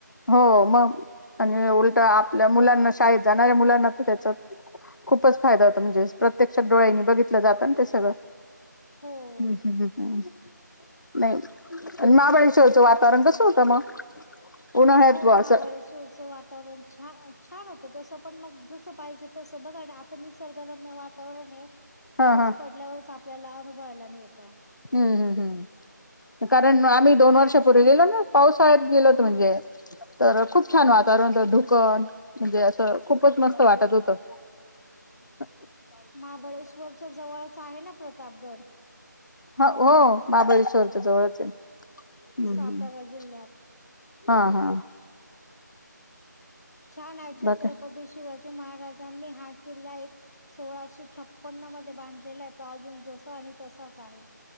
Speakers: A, on the left; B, on the left.
A: हो मग आणि उलट आपल्या मुलांना शाळेत जाणाऱ्या मुलांना तर त्याच खूपच फायदा होता म्हणजे प्रत्यक्षात डोळ्यांनी बघितलं जातं ते सगळं
B: हो
A: हम्म हम्-हम् ह. नाही महाबळेश्वरचं वातावरण कसं होतं मग उन्हाळ्यात
B: हो
A: ब
B: महाबळेश्वरचं
A: असं
B: वातावरण छान छान होतं तस पण मग जसं पाहिजे तसं बघा आणि आता निसर्गरम्य वातावरण आहे
A: हा
B: पाऊस
A: हा
B: पडल्यावरच आपल्याला अनुभवायला मिळत
A: हम्म-हम्म हम्, कारण आम्ही दोन
B: आणि
A: वर्ष
B: आम्ही
A: पूर्वी
B: हा
A: गेलो ना पावसाळ्यात गेलोत
B: हो
A: म्हणजे तर खूप छान वातावरण तर धुकन म्हणजे असं खूपच मस्त वाटत होतं. हा.
B: महाबळेश्वरच्या जवळचा आहे ना प्रतापगड
A: ह हो महाबळेश्वरच्या जवळच आहे हम्म
B: सातारा
A: हम्म
B: जिल्ह्यात
A: हा हा.
B: छान आहे छत्रपती
A: बाकी
B: शिवाजी महाराजांनी हा किल्ला एक सोळाशे छप्पन पन्ना मध्ये बांधलेला आहे त अजून जस आणि तसाच आहे